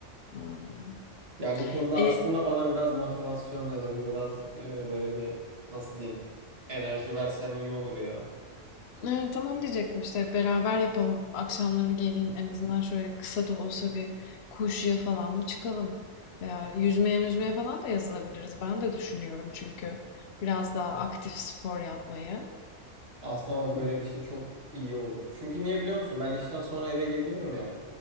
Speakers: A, on the left; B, on the right.
A: Hmm.
B: Ya bu konuda
A: E,
B: aslında bana biraz motivasyon ya da bir biraz e, böyle bir nasıl diyeyim enerji versen iyi olur ya.
A: e, tamam diyecektim işte beraber yapalım. Akşamları geleyim en azından şöyle kısa da olsa bir koşuya falan mı çıkalım? Veya yüzmeye yüzmeye falan da yazılabiliriz. Ben de düşünüyorum çünkü biraz daha aktif spor yapmayı.
B: Aslında bak böyle bir şey çok iyi olur. Çünkü niye biliyor musun? Ben işten sonra eve geliyorum ya.